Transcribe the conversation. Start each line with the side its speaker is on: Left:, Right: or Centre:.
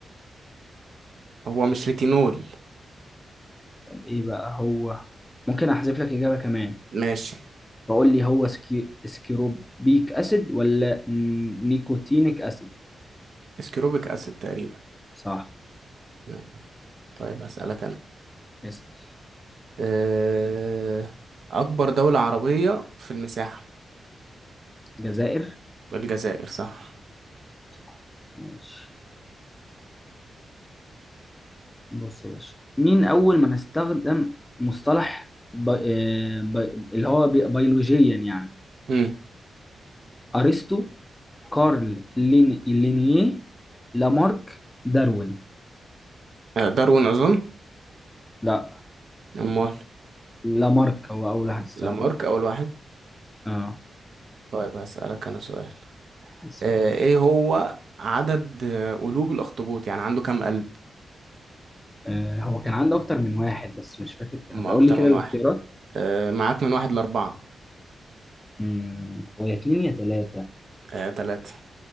Right: هو مش ريتينول
Left: طب ايه بقى هو ممكن احذف لك إجابة كمان
Right: ماشي
Left: فقول لي هو سكي... سكيروبيك أسيد ولا ن- نيكوتينيك أسيد
Right: اسكروبيك اسيد تقريبا
Left: صح
Right: مم. طيب هسألك انا
Left: اسأل
Right: آه اكبر دولة عربية في المساحة
Left: جزائر
Right: الجزائر صح
Left: صح ماشي بص يا باشا مين أول من استخدم مصطلح ب... آه، ب... اللي هو بي... بيولوجيا يعني
Right: مم.
Left: أرسطو كارل لين... لينيه لامارك داروين
Right: آه، داروين أظن
Left: لا
Right: أمال
Left: لامارك هو أول واحد استخدمه
Right: لامارك أول واحد
Left: اه
Right: طيب هسألك أنا سؤال
Left: بس
Right: آه، إيه هو عدد آه، قلوب الأخطبوط يعني عنده كام قلب
Left: آه هو كان عنده أكتر من واحد بس مش فاكر كانوا
Right: ما
Left: قول
Right: أكتر
Left: لي كده
Right: من
Left: الاختيارات
Right: واحد آه، معاك من واحد لأربعة
Left: امم هو يا اتنين يا تلاتة
Right: آه، تلاتة